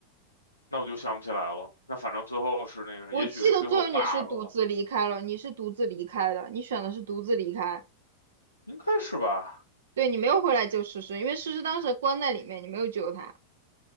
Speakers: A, on the left; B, on the right.
A: 那我就想不起来了。那反正最后是那个，
B: 我记得最后你是独自离开了，
A: 也许是最后 bug 了，
B: 你是独自离开的，你选的是独自离开，
A: 应该是吧？
B: 对你没有回来救诗诗，因为诗诗当时关在里面，你没有救她。